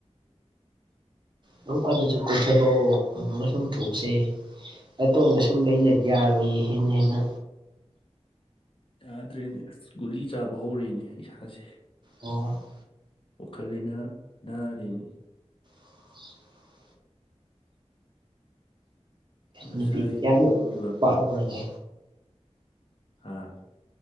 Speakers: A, on the right (about 40°); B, on the left (about 50°).
A: ꯅꯣꯡꯏꯥꯗꯣꯛꯁꯨ ꯀꯩꯊꯅꯣ
B: ꯀꯔꯝ ꯀꯥꯟ
A: ꯑꯗꯨꯒ ꯁꯨꯝ ꯊꯣꯛꯁꯦ ꯑꯇꯣꯝꯅ ꯁꯨꯝ ꯅꯩ ꯂꯩꯔꯗꯤ ꯌꯥꯔꯔꯣꯏꯌꯦ ꯍꯦꯟꯅ ꯍꯦꯟꯅ
B: ꯌꯥꯗ꯭ꯔꯦꯅꯦ ꯑꯁ ꯒꯨꯂꯤ ꯆꯥꯕ ꯍꯧꯔꯅꯦ ꯏꯁꯥꯁꯦ
A: ꯑꯣ
B: ꯋꯥꯈꯜ ꯂꯩꯅꯥ ꯅꯥꯔꯦꯅꯦ
A: <inaudible>
B: ꯉꯁꯥꯏ
A: ꯅꯨꯄꯤꯗꯨ ꯀꯌꯥꯃꯨꯛ
B: ꯇꯧꯈꯤꯕ
A: ꯄꯥꯝꯕ꯭ꯔꯅꯦ
B: ꯑꯥ